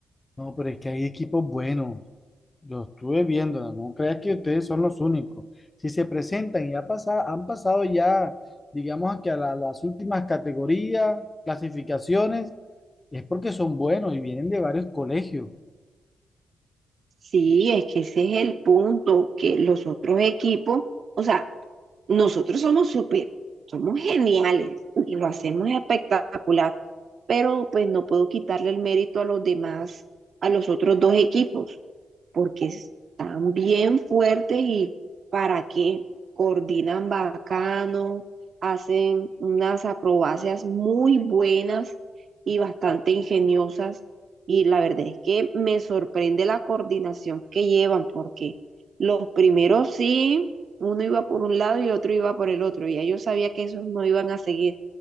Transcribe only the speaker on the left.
No, pero es que hay equipos buenos. Yo estuve viéndola, no creas que ustedes son los únicos. Si se presentan y ha pasa- han pasado ya, digamos a que a la- las últimas categorías, clasificaciones, es porque son buenos y vienen de varios colegios.